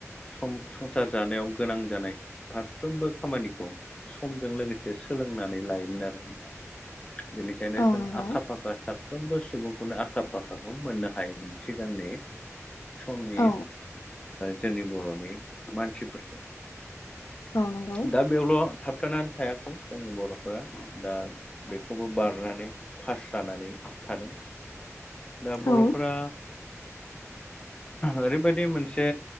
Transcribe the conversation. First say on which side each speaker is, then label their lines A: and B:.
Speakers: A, on the left (about 20°); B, on the left (about 80°).
A: सम संसार जानायाव गोनां जानाय फारफ्रोमबो खामानिखौ समजों लोगोसे सोलोंनानै लायोमोन आरो नोंथां बेनिखायनो
B: औ
A: जों
B: नंगौ
A: आखा-फाखा सा साफ्रोमबो सुबुंखौनो आखा-फाखाखौ मोननो हायोमोन सिगांनि समनि
B: औ
A: जोंनि बर'नि मानसिफोरखौ
B: अ नंगौ
A: दा बेयावल' थाबथानानै थायाखै जोंनि बर'फ्रा दा खौबो बारनानै पास जानानै थानो दा
B: औ
A: बर'फोरा ओरैबायदि मोनसे